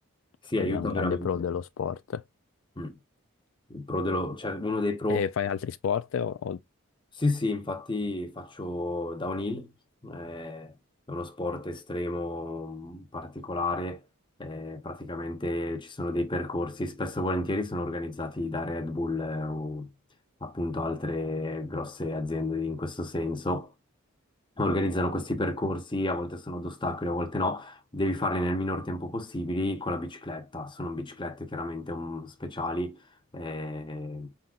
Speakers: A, on the left; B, on the left.
A: sì,
B: quello
A: aiuta
B: è un grande
A: veramente.
B: pro dello sport.
A: Mm. Il pro dello- cioè, uno dei pro.
B: E fai altri sport? o- o-
A: Sì, sì, infatti faccio downhill, eh, è uno sport estremo particolare, eh, praticamente ci sono dei percorsi, spesso e volentieri sono organizzati da Red Bull, eh, o appunto altre grosse aziende in questo senso. Organizzano questi percorsi, a volte sono ad ostacoli, a volte no, devi farli nel minor tempo possibile con la bicicletta, sono biciclette chiaramente um, speciali. eh,